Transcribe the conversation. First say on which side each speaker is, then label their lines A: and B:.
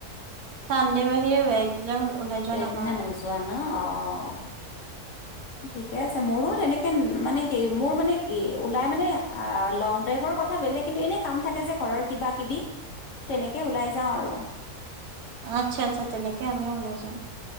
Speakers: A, on the right; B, on the left.
A: চান্দে বাহিৰে বেলেগ দিনাখন ওলাই যোৱা
B: বেলেগ
A: নহয়
B: দিনা নোযোৱা ন অ ঠিকে আছে মোৰো এনেকে মানে কি মোৰ মানে কি ওলাই মানে লং ড্ৰাইভৰ কথা বেলেগ কিন্তু এনে কাম থাকে যে ঘৰৰ কিবা কিবি তেনেকে ওলাই যাওঁ আৰু
A: আচ্ছা আচ্ছা তেনেকে আমিও ওলাই যাওঁ